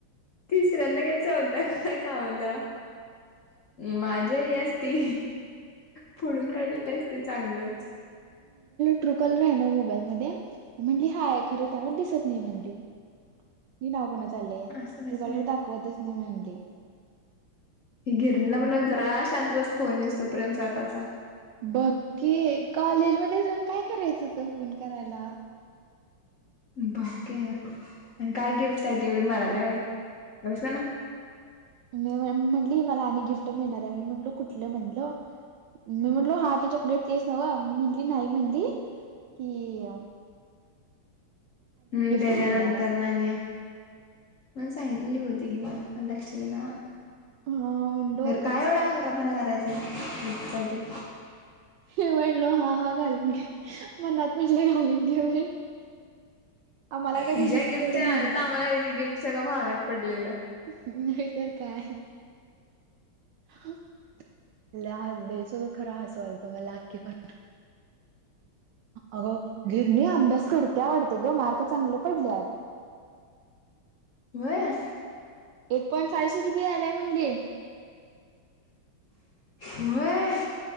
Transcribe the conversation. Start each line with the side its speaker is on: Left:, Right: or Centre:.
Left: तिसऱ्यांदा काय चौथ्यांदा, गावल्या, माझी आई असती, फोडून काढली असती चांगलंच,
Right: ट्रु काॅलर आहे नव्हं मोबाईल मध्ये, म्हणली हाय खरं त्यावर दिसत नाही म्हणली. हे नाव कोणाच आलंय
Left: असं
Right: ट्रू
Left: कसं
Right: कॉलर,
Left: काय
Right: दाखवतंच नाही म्हंडली.
Left: त्या <unintelligible> म्हणाव जरा शांत बस फोन यूसतोपर्यंत स्वतःचा,
Right: बघ की कॉलेज मध्ये जाऊन काय करायचं होत, फोन करायला.
Left: ब की आणि काय गिफ्ट साठी एवढी <unintelligible> बाई, ग बस म्हणावं.
Right: मी म्हणली मला आणि गिफ्ट मिळणार आहे, मी म्हणलो कुठलं? म्हणलो मी म्हणलो, हा ते चॉकलेट तेच नव्हं, म म्हटली नाही म्हणली कि
Left: हम्म, तेज्यानंतरन
Right: मिळणार आहे
Left: आणि मला सांगितलेली बहुतेक हिनं पण लक्षात येना.
Right: हा म्हणलो
Left: खरं काय एवढा हावरापणा करायचाय. गिफ्ट साठी
Right: हे म्हणलो हा हा. <unintelligible> मनात म्हटलं <unintelligible> आम्हाला काय दोघीस
Left: हीज्या गिफ्टच्या
Right: तेवढं नेऊ
Left: नादात
Right: नको
Left: ना, आम्हाला हे गिफ्ट सगळं महागात पडलेलं.
Right: नाही तरं काय. <unintelligible> लय हा दे स खरं हसवालत, मला आक्की पण, अगं <unintelligible> अभ्यास करत्या वाटतं गं मार्क चांगलं पडल्यात. <inaudible>
Left: व्हय,
Right: eight point five G B आलाय म्हटली.
Left: व्हय